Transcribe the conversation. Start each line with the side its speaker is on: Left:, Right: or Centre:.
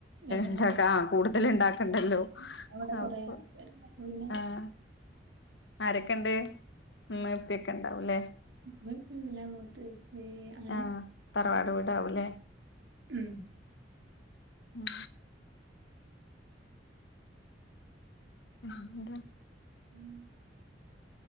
Right: വേഗം ഉണ്ടാക്കി
Left: ഉണ്ടാക്ക ആ കൂടുതൽ ഇണ്ടാക്ക ണ്ടല്ലോ
Right: അവിടെ
Left: അപ്പൊ
Right: കൊറേ ആൾക്കാരുണ്ട് അപ്പൊ പിന്നെ
Left: ആഹ് ആരൊക്കെണ്ട് ഉമ്മെ പ്പയൊക്കെ ഉണ്ടാവും അല്ലേ?
Right: ഉമ്മ ഉപ്പേം, പിന്നെ മൂത്തേച്ചി അങ്ങനെ
Left: ആഹ് തറവാട് വീടാവൂലേ
Right: ഉം
Left: ഉം ഉം എന്താ
Right: ഉം